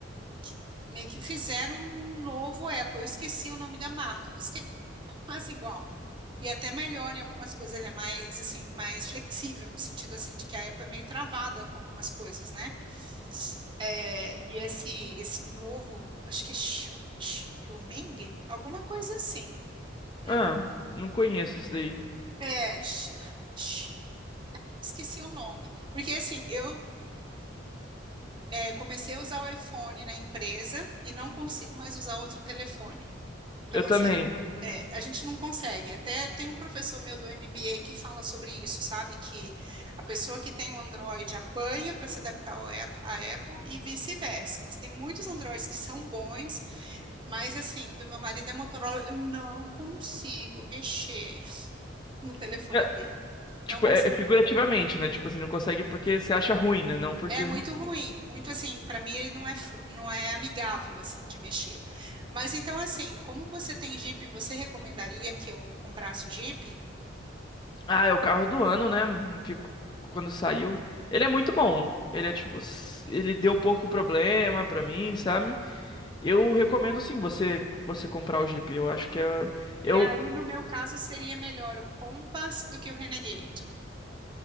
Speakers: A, on the right; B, on the left.
A: que meio que fizeram um novo Apple. Eu esqueci o nome da marca, mas que é quase igual. E até melhor em algumas coisas, ele é mais assim, mais flexível, no sentido assim, de que a Apple é meio travada com algumas coisas, né? É, e esse, esse novo, acho que é Xiu- Xiaoming, alguma coisa assim, né?
B: Ah, não conheço isso daí.
A: É, X- X- esqueci o nome. Porque assim, eu é, comecei a usar o iPhone na empresa e não consigo mais usar outro telefone. Então,
B: Eu também.
A: assim, é, a gente não consegue. Até tem um professor meu do MBA que fala sobre isso, sabe? Que a pessoa que tem o Android apanha para se adaptar ao Apple, à Apple e vice-versa. Mas tem muitos Androids que são bons, mas assim, o do meu marido é Motorola, eu não consigo mexer no telefone
B: É,
A: dele. Não
B: tipo,
A: consigo.
B: é, é figurativamente, né? Tipo assim, não consegue porque você acha ruim, né? Não porque.
A: É muito ruim, muito assim, para mim ele não é, fr- não é amigável assim de mexer. Mas então assim, como você tem Jeep, você recomendaria que eu comprasse o Jeep?
B: Ah, é o carro do ano, né? Fico... Quando saiu. Ele é muito bom. Ele é tipo. s- Ele deu pouco problema pra mim, sabe? Eu recomendo sim você você comprar o Jeep. Eu acho que é. Eu.
A: E aí, no meu caso, seria melhor o Compass do que o Renegade.